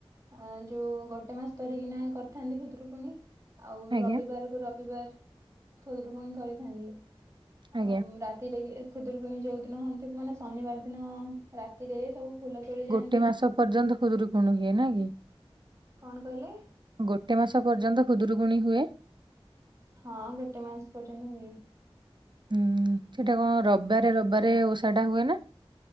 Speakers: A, on the right; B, on the right.
A: ଅ ଯୋଉ ଗୋଟେ ମାସ ଧରିକିନା କରିଥାନ୍ତି ଖୁଦୁରୁକୁୁଣୀ। ଆଉ
B: ଆଜ୍ଞା
A: ରବିବାର କୁ ରବିବାର ଖଦରୁ ପଣି କରିଥାନ୍ତି। ଆଉ
B: ଆଜ୍ଞା
A: ରାତିରେ ଖୁଦରକୁଣୀ ଯୋଉଦିନନ୍ତି ମାନେ ଶନିବାର ଦିନ ରାତିରେ ସବୁ ଫୁଲ ତୋଳି ଯାଆନ୍ତି
B: ଗୋଟେ ମାସ ପର୍ଯ୍ୟନ୍ତ ଖୁଦରୁକୁଣ ହୁଏ ନା କି?
A: କଣ କହିଲେ?
B: ଗୋଟେ ମାସ ପର୍ଯ୍ୟନ୍ତ ଖୁଦୁରୁକୁଣୀ ହୁଏ।
A: ହଁ ଗୋଟେ ମାସ ପର୍ଯ୍ୟନ୍ତ ହୁଏ।
B: ହୁଁ ସେଟା କଣ ରବିବାରେ ରବିବାରେ ଓଷା ଟା ହୁଏ ନା।